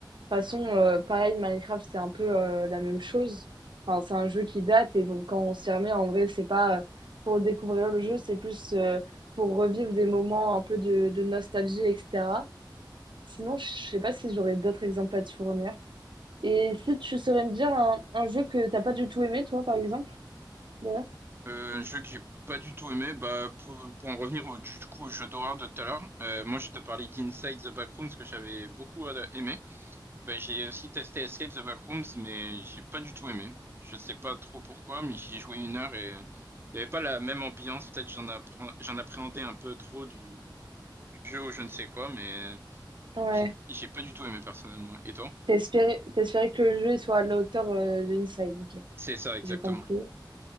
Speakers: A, on the right; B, on the right.
A: De toute façon, euh, pareil, Minecraft, c'est un peu euh, la même chose. Enfin, c'est un jeu qui date et donc quand on s'y remet, en vrai, c'est pas euh, pour découvrir le jeu, c'est plus euh, pour revivre des moments un peu de, de nostalgie, etc. Sinon, je sais pas si j'aurais d'autres exemples à te fournir. Et si tu saurais me dire un, un jeu que t'as pas du tout aimé, toi, par exemple, d'ailleurs?
B: Euh, un jeu que j'ai pas du tout aimé, bah, pour, pour en revenir au, du coup, au jeu d'horreur de tout à l'heure, euh, moi je te parlais d'Inside the Backrooms que j'avais beaucoup euh, aimé. Bah, j'ai aussi testé Escape the Backrooms, mais j'ai pas du tout aimé. Je sais pas trop pourquoi, mais j'y ai joué une heure et il y avait pas la même ambiance. Peut-être j'en appré- j'en appréhendais un peu trop du, jeu ou je ne sais quoi, mais
A: Ouais.
B: j'ai j'ai pas du tout aimé personnellement. Et toi?
A: T'espérais, t'espérais que le jeu il soit à la hauteur euh, de Inside, ok.
B: C'est ça, exactement.
A: J'ai compris.